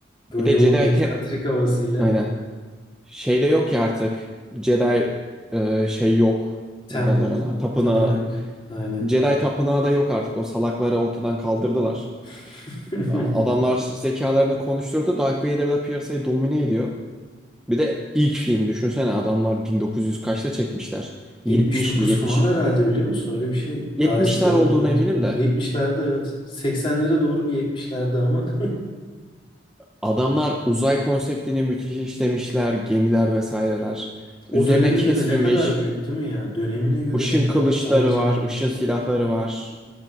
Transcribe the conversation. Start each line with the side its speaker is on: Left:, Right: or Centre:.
Left: Böyle
Centre: Bir de
Left: o
Centre: Jedi
Left: egzantrik
Centre: te
Left: havasıyla.
Centre: aynen şeyde yok ya artık Jedi e, şey yok
Left: Temple,
Centre: ne derler ona tapınağı.
Left: tapınak. Aynen.
Centre: Jedi Tapınağı da yok artık. O salakları ortadan kaldırdılar.
Left: <laughs>
Centre: Adamlar zekalarını konuşturdu. Darth Vader da piyasayı domine ediyor. Bir de ilk film düşünsene adamlar 1900 kaçta çekmişler? 70
Left: 79
Centre: mi 72
Left: falan herhalde
Centre: mi?
Left: biliyor musun? Öyle bir şey.
Centre: 70'ler
Left: Daha eski de olabilir.
Centre: olduğuna
Left: Evet.
Centre: eminim
Left: Öyle-
Centre: de.
Left: 70'lerde evet. 80'lere doğru bir 70'lerde ama. <laughs>
Centre: Adamlar uzay konseptini müthiş işlemişler. Gemiler vesaireler. Üzerine
Left: O döneme
Centre: kesmemiş.
Left: göre ne kadar büyük değil mi ya? Dönemine göre
Centre: Işın
Left: ne kadar
Centre: kılıçları
Left: ayrıcalıklı
Centre: var. ışın
Left: bir şey
Centre: silahları
Left: ya.
Centre: var.